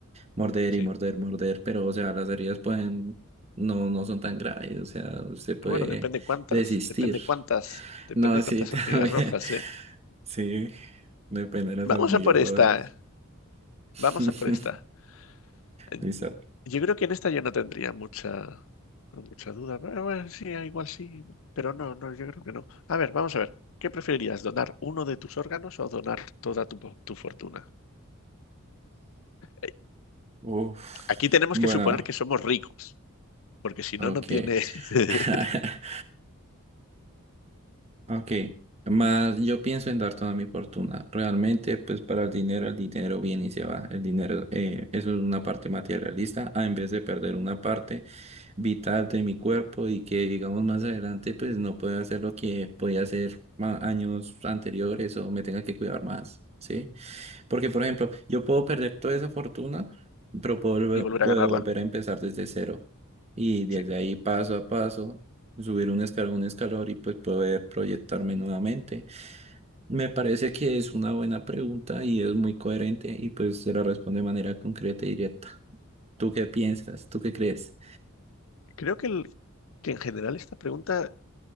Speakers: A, on the right; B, on the left.
A: Morder
B: Sí.
A: y morder, morder, pero o sea, las heridas pueden, no, no son tan graves, o sea, usted puede
B: Bueno, depende cuántas,
A: desistir.
B: depende cuántas, depende
A: No, sí,
B: cuántas
A: <laughs>
B: hormigas
A: también.
B: rojas, ¿eh?
A: Sí, depende de las
B: Vamos
A: hormigas
B: a por
A: rojas.
B: esta, ¿eh?
A: <laughs>
B: vamos a por esta. Eh,
A: Listo.
B: Yo creo que en esta yo no tendría mucha, mucha duda. Bueno, bueno, sí, ah, igual sí, pero no, no, yo creo que no. A ver, vamos a ver. ¿Qué preferirías, donar uno de tus órganos o donar toda tu, po- tu fortuna? Eh,
A: Uf.
B: Aquí tenemos
A: Bueno,
B: que suponer que somos ricos, porque si
A: ok.
B: no, no tiene... <laughs>
A: <laughs> Ok, más yo pienso en dar toda mi fortuna. Realmente, pues para el dinero, el dinero viene y se va. El dinero, eh, eso es una parte materialista, a en vez de perder una parte vital de mi cuerpo y que, digamos, más adelante, pues no pueda hacer lo que podía hacer ma- años anteriores o me tenga que cuidar más, ¿sí? Porque, por ejemplo, yo puedo perder toda esa fortuna, pero puedo volver,
B: Y volver
A: puedo
B: a ganarla.
A: volver a empezar desde cero. Y desde
B: Sí.
A: ahí, paso a paso, subir un escalón, un escalón y pues poder proyectarme nuevamente. Me parece que es una buena pregunta y es muy coherente y pues se la responde de manera concreta y directa. ¿Tú qué piensas? ¿Tú qué crees?
B: Creo que, el- que en general esta pregunta